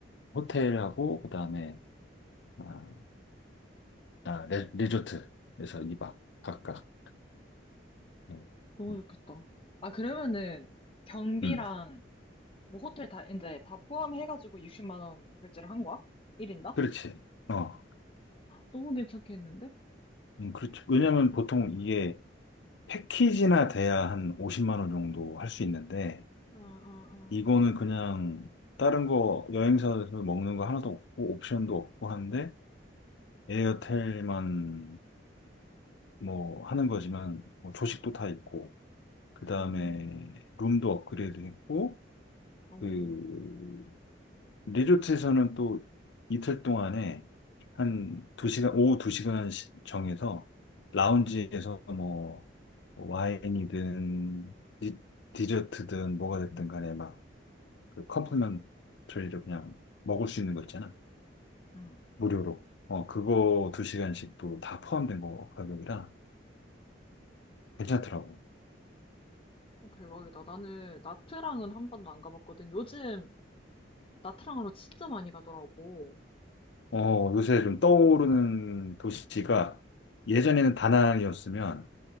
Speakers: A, on the left; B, on the left.
A: 호텔하고 그다음에 아, 아, 레, 리조트에서 2박 각각. 음,
B: 너무
A: 음,
B: 좋겠다. 아, 그러면은 경비랑
A: 음.
B: 뭐 호텔 다 이제 다 포함해가지고 60만 원 결제를 한 거야? 1인당?
A: 그렇지. 어.
B: 너무 괜찮겠는데?
A: 음, 그렇죠. 왜냐면 보통 이게 패키지나 돼야 한 50만 원 정도 할 수 있는데
B: 응, 응,
A: 이거는 그냥 다른 거 여행사에서 먹는 거 하나도 없고 옵션도 없고 한데 에어텔만 뭐 하는 거지만 뭐 조식도 다 있고 그다음에
B: 응. 음,
A: 룸도 업그레이드 했고
B: 오,
A: 그 리조트에서는 또 이틀 동안에 한 두시간 오후 두시간 정해서 라운지에서 뭐 와인이든 디, 디저트든 뭐가 됐든 간에 막그 컴플리먼트리로 그냥 먹을 수 있는 거 있잖아.
B: 응.
A: 무료로. 어, 그거 두시간씩또 다 포함된 거 가격이라 괜찮더라고.
B: 어, 대박이다. 나는 나트랑은 한 번도 안 가봤거든. 요즘 나트랑으로 진짜 많이 가더라고.
A: 어, 요새 좀 떠오르는 도시가 예전에는 다낭이었으면